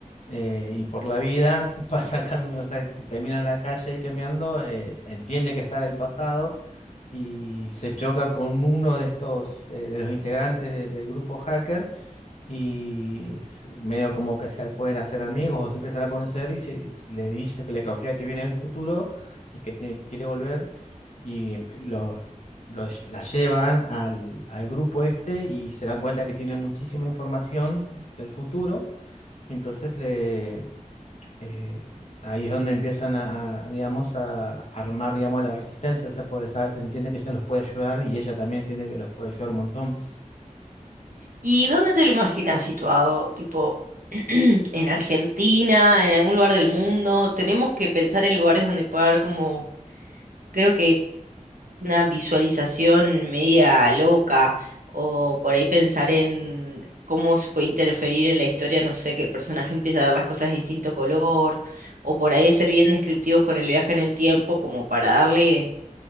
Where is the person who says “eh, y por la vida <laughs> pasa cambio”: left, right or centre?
Left